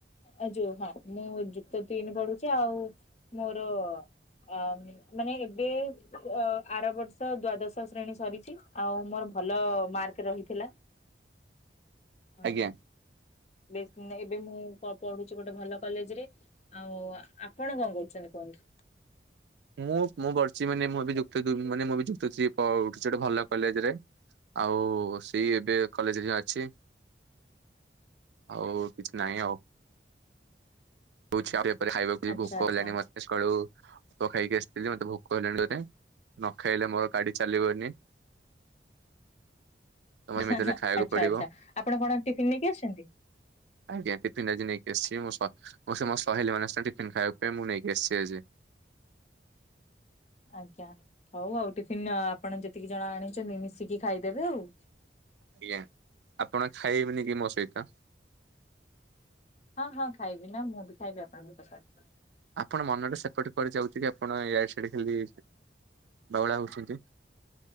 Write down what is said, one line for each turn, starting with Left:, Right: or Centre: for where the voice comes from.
Left: ଆ ଯୋଉ ହଁ ମୁଁ ଯୁକ୍ତ ତିନି ପଢ଼ୁଛି ଆଉ ମୋର ଅ ମାନେ ଏବେ ଅ ଆର ବର୍ଷ ଦ୍ଵାଦଶ ଶ୍ରେଣୀ ସରିଛି ଆଉ ମୋର ଭଲ ମାର୍କ ରହିଥିଲା ହଁ
Right: ଆଜ୍ଞା
Left: ବେ ଏବେ ମୁଁ ପ ପଢ଼ୁଛି ଗୋଟେ ଭଲ କଲେଜରେ ଆଉ ଆପଣ କଣ କରୁଛନ୍ତି କୁହନ୍ତୁ?
Right: ମୁଁ ମୁଁ ପଢ଼ୁଛି ମାନେ ମୁଁ ବି ଯୁକ୍ତ ତିନ ମାନେ ମୁଁ ବି ଯୁକ୍ତ ଥ୍ରୀ ପଢ଼ୁଛି ଗୋଟେ ଭଲ କଲେଜରେ ଆଉ ସେଇ ଏବେ କଲେଜରେ ହିଁ ଅଛି ଆଉ କିଛି ନାହିଁ ଆଉ ହଉଛି ଉପରେ ହାଇବାକୁ ଯିବି
Left: ଆଚ୍ଛା
Right: ଭୋକ
Left: ଆଚ୍ଛା
Right: ହେଲାଣି ମ ସକାଳୁ ପୋକ ଖାଇକି ଆସିଥିଲି ମତେ ଭୋକ ହେଲାଣି ଜୋରେ ନ ଖାଇଲେ ମୋର ଗାଡ଼ି ଚାଲିବନି ତମେ
Left: ହାଁ
Right: ଏମିତି ହେଲେ
Left: ହାଁ
Right: ଖାଇବାକୁ
Left: ଆଚ୍ଛା
Right: ପଡିବ
Left: ଆଚ୍ଛା ଆପଣ କଣ ଟିଫିନ୍ ନେଇକି ଆସିଛନ୍ତି?
Right: ଆଜ୍ଞା ଟିଫିିନ ଆଜି ନେଇକି ଆସିଛି ମୁଁ ସ ମୋ ସ ମୋ ସହେଲି ମାନଙ୍କ ସାଙ୍ଗରେ ଟିଫିନ୍ ଖାଇବା ପାଇଁ ମୁଁ ନେଇକି ଆସିଛି ଆଜି।
Left: ଆଜ୍ଞା ହଉ ଆଉ ଟିଫିନ ଆପଣ ଯେତିକି ଜଣ ଆଣିଛନ୍ତି ମିଶିକି ଖାଇଦେବେ ଆଉ।
Right: ଆଜ୍ଞା ଆପଣ ଖାଇବେନି କି ମୋ ସହିତ?
Left: ହଁ ହଁ ଖାଇବି ନା ମୁଁ ବି ଖାଇବି ଆପଣଙ୍କ ସହିତ।
Right: ଆପଣ ମନ ଟା ସେପଟେ କୁଆଡ଼େ ଯାଉଛି କି ଆପଣ ଇଆଡ଼େ ସିଆଡ଼େ ଖାଲି ବାଉଳା ହଉଛନ୍ତି।